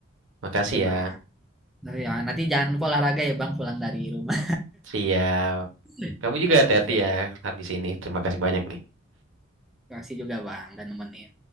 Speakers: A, on the right; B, in the centre.
A: Makasih
B: Oke
A: ya.
B: bang. Nah, ya, nanti jangan lupa olahraga ya bang pulang dari rumah.
A: Siap.
B: <laughs>
A: Kamu juga
B: Ya
A: hati-hati
B: oke
A: ya
B: bang.
A: habis ini. Terima kasih banyak nih.
B: Terima kasih juga bang dan nemenin.